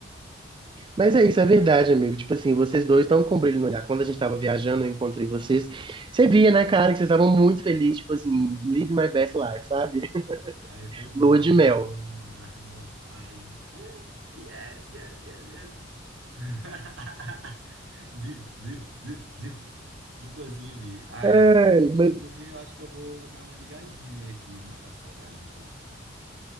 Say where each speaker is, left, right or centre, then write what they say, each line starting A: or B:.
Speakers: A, on the right (about 25°); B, on the right (about 80°).
A: Mas é isso, é verdade, amigo. Tipo assim, vocês dois estão com brilho no olhar. Quando a gente tava viajando, eu encontrei vocês. Você via na cara que vocês estavam muito felizes, tipo assim, live my best life, sabe? <laughs>
B: Ai, foi muito
A: Lua de
B: a gente
A: mel.
B: entrando no mar. Nossa, ai. Yes, yes, yes, yes. <laughs> Diva, diva, diva, diva. Inclusive, ai,
A: Ai,
B: amigo.
A: mas...
B: Inclusive, eu acho que eu vou dar uma ligadinha, né, aqui, matar a saudade um pouco.